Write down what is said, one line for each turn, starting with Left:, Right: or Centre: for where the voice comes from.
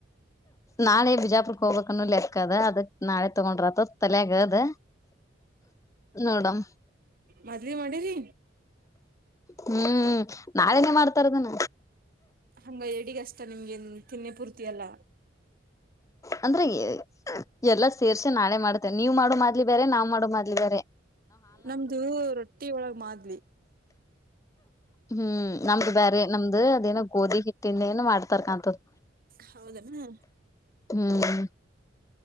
Left: ನಾಳೆ ಬಿಜಾಪುರ್ಕ್ಕ ಹೋಗಬೇಕ್ ಅನ್ನು ಲೆಕ್ಕ ಅದಕ್ ನಾಳೆ ತಗೊಂಡ್ರಾತತ್ ತಲ್ಯಾಗ್ ಅದ. ನೋಡಮ.
Right: ಮಾದ್ವಿ ಮಾಡಿರಿ.
Left: ಹ್ಮ್ ನಾಳೆನೇ ಮಾಡ್ತಾರದನ.
Right: ಹಂಗ ಎಡಿಗಷ್ಟ ನಿಮ್ಗೆನ್ ತಿನ್ನೆ ಪೂರ್ತಿಯಲ್ಲ.
Left: ಅಂದ್ರೆ ಎಲ್ಲಾ ಸೇರ್ಸೆ ನಾಳೆ ಮಾಡ್ತೇನೆ ನೀವ್ ಮಾಡೋ ಮಾದ್ಲಿ ಬ್ಯಾರೆ ನಾವ್ ಮಾಡೋ ಮಾದ್ಲಿ ಬ್ಯಾರೆ.
Right: ನಮ್ದು ರೊಟ್ಟಿ ಒಳಗ್ ಮಾದ್ಲಿ.
Left: ಹ್ಮ್ ನಮ್ದು ಬೇರೆ, ನಮ್ದು ಅದೇನ ಗೋಧಿ ಹಿಟ್ಟಿಂದ ಏನು ಮಾಡ್ತಾರ ಕಂತದ
Right: ಹೌದನಾ
Left: ಹ್ಮ್